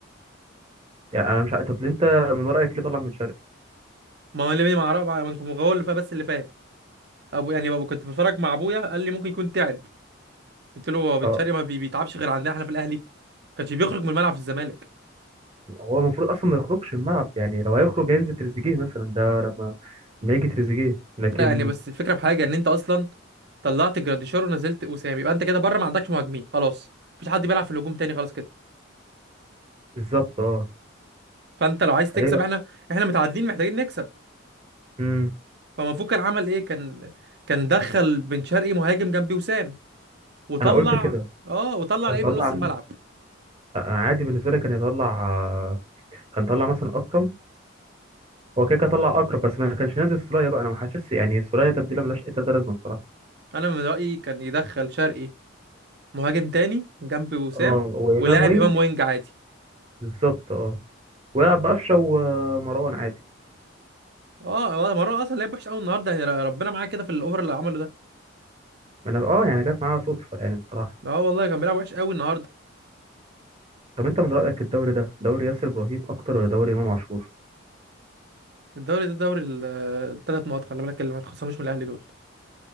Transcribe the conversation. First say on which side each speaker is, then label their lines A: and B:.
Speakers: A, on the right; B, on the right.
A: يعني انا مش عارف طب ليه انت من رأيك ليه طلع بن شرقي
B: ما هو اللي ما اعرف ما هو اللي فاهم بس اللي فاهم ابو يعني بابا كنت بتفرج مع ابويا قال لي ممكن يكون تعب قلت له هو بن
A: اه
B: شرقي ما بي- بيتعبش غير عندنا احنا في الاهلي كانش بيخرج من الملعب في الزمالك
A: هو المفروض اصلا ما يخرجش من الملعب يعني لو هيخرج هينزل تريزيجيه مثلا ده لما ما يجي تريزيجيه لكن
B: لا يعني بس الفكره في حاجه ان انت اصلا طلعت جراديشار ونزلت وسام يبقى انت كده بره ما عندكش مهاجمين خلاص مفيش حد بيلعب في الهجوم تاني خلاص كده
A: بالظبط اه
B: فانت لو عايز تكسب
A: فليه بقى
B: احنا احنا متعادلين محتاجين نكسب
A: امم
B: فمفروض كان عمل ايه كان كان دخل بن شرقي مهاجم جنبي وسام وطلع
A: انا قلت كده
B: اه وطلع
A: كان
B: لعيب
A: طلع
B: من نص
A: م-
B: الملعب
A: عادي بالنسبه لي كان يطلع آه، كان طلع مثلا اكرم هو كده كده طلع اكرم بس ما كانش نازل سولية بقى انا ما حاسس يعني سولية تبديله ملهاش اي تلاته لازمه بصراحه
B: انا من رأيي كان يدخل شرقي مهاجم تاني جنبي وسام
A: اه وامام
B: ولاعب
A: وينج
B: امام وينج عادي
A: بالظبط اه ويلعب بقفشه ومروان عادي
B: اه والله مرة اصلا لعب وحش قوي النهارده يعني ر- ربنا معاه كده في الاوفر اللي عمله ده
A: ما انا اه يعني جت معايا صدفه يعني بصراحه
B: اه والله كان بيلعب وحش قوي النهارده
A: طب انت من رايك الدوري ده دوري ياسر ابراهيم اكتر ولا دوري امام عاشور
B: الدوري ده دوري الثلاث نقط خلي بالك اللي ما تخصموش من الاهلي دول